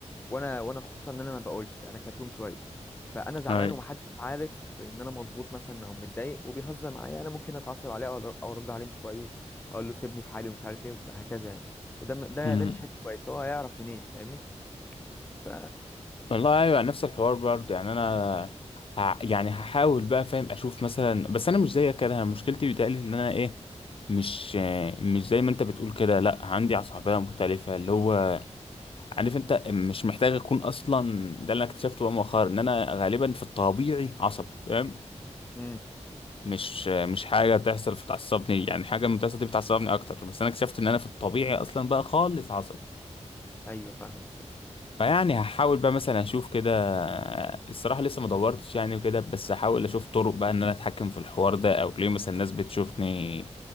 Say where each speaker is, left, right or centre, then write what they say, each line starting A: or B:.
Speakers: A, on the left; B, on the left.
A: وانا وانا خصوصا ان انا ما بقولش انا كتوم شويه فانا زعلان
B: ايوه
A: ومحدش عارف ان انا مضغوط مثلا او متضايق وبيهزر معايا انا ممكن اتعصب عليه او أر- أو ارد عليه مش كويس اقول له سيبني في حالي ومش عارف ايه وهكذا يعني وده م- ده
B: امم
A: ده مش حته كويسه هو هيعرف منين فاهمني ف
B: والله ايوه نفس الحوار برضه يعني انا ه... يعني هحاول بقى فاهم اشوف مثلا بس انا مش زيك كده انا مشكلتي بيتهيألي ان انا ايه مش مش زي ما انت بتقول كده لا عندي عصبية مختلفة اللي هو عارف انت مش محتاج اكون اصلا ده اللي انا اكتشفته بقى مؤخرا ان انا غالبا في الطبيعي عصبي فاهم
A: امم
B: مش مش حاجة تحصل فتعصبني يعني حاجة من بتحصل دي بتعصبني أكتر بس أنا اكتشفت إن أنا في الطبيعي أصلا بقى خالص عصبي
A: ايوه فاهمك
B: فيعني هحاول بقى مثلا أشوف كده الصراحة لسه ما دورتش يعني وكده بس هحاول أشوف طرق بقى إن أنا أتحكم في الحوار ده أو ليه مثلا الناس بتشوفني